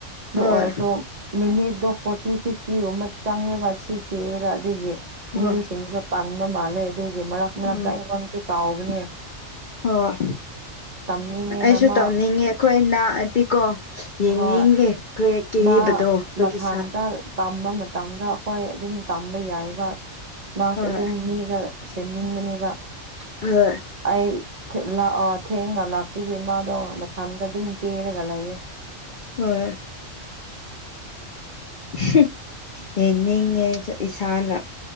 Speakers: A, on the right; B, on the left.
A: ꯑꯗꯨ
B: ꯍꯣꯏ
A: ꯑꯣꯏꯔꯁꯨ ꯃꯤꯅꯤꯠꯗꯣ ꯐꯣꯔꯇꯤ ꯐꯤꯐꯇꯤꯒꯨꯝꯕ ꯆꯪꯉꯦꯕ ꯁꯤ ꯀꯦꯕꯗ ꯑꯗꯨꯒꯤ
B: ꯍꯣꯏ
A: ꯃꯤꯁꯤꯡꯁꯨ ꯇꯟꯕ ꯃꯥꯜꯂꯦ ꯑꯗꯨꯒꯤ ꯃꯔꯛ ꯃꯔꯛꯇ
B: ꯎꯝ
A: ꯑꯩꯉꯣꯟꯗꯁꯨ ꯀꯥꯎꯕꯅꯦ
B: ꯍꯣꯏ
A: ꯇꯝꯅꯤꯡꯉꯦꯅ
B: ꯑꯩꯁꯨ
A: ꯃꯥ
B: ꯇꯧꯅꯤꯡꯉꯦ ꯑꯩꯈꯣꯏ ꯅꯥꯛꯑꯗꯤꯀꯣ ꯌꯦꯡꯅꯤꯡꯉꯦ
A: ꯍꯣꯏ
B: ꯈꯣꯏ ꯀꯦꯕꯗꯣ
A: ꯃꯥ
B: ꯈꯣꯏꯒꯤ
A: ꯃꯊꯥꯟꯇ
B: ꯁꯥ
A: ꯇꯝꯕ ꯃꯇꯝꯗ ꯑꯩꯈꯣꯏ ꯑꯗꯨꯝ ꯇꯝꯕ ꯌꯥꯏꯌꯦꯕ ꯃꯥꯁꯨ
B: ꯍꯣꯏ
A: ꯑꯗꯨꯝ ꯃꯤꯒ ꯁꯦꯝꯅꯤꯡꯕꯅꯦꯕ
B: ꯍꯣꯏ
A: ꯑꯩ ꯂꯥꯛꯑꯣ ꯊꯦꯡꯅ ꯂꯥꯛꯄꯒꯤ ꯃꯥꯗꯣ ꯃꯊꯟꯗ ꯑꯗꯨꯝ ꯀꯦꯔꯒ ꯂꯩꯌꯦ
B: ꯍꯣꯢ
A: <inaudible>
B: <unintelligible> ꯌꯦꯡꯅꯤꯡꯉꯦ ꯑꯩꯁꯨ ꯏꯁꯥꯅ